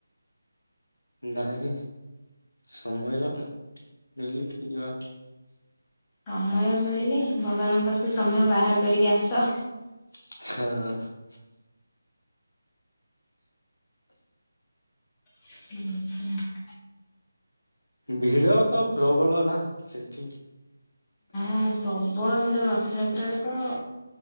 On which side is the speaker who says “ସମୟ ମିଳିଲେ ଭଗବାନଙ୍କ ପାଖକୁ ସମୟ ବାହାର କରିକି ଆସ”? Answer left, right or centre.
Left